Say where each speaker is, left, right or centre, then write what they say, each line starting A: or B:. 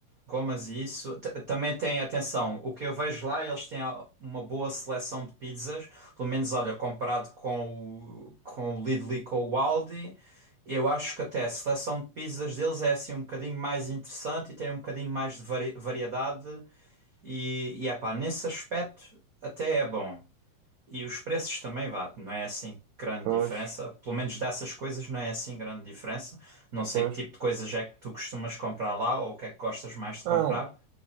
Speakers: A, on the right (about 65°); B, on the right (about 85°).
A: gomas e isso. T- Também tem, atenção, o que eu vejo lá, eles têm a- uma boa seleção de pizzas, pelo menos, olha, comparado com o, com o Lidl e com o Aldi, eu acho que até a seleção de pizzas deles é assim um bocadinho mais interessante e tem um bocadinho mais de vari- variedade e, e epá, nesse aspecto até é bom. E os preços também vá, não é assim grande
B: Pois,
A: diferença. Pelo menos dessas coisas não é assim grande diferença. Não sei
B: pois.
A: que tipo de coisas é que tu costumas comprar lá ou o que é que gostas mais de
B: Não,
A: comprar.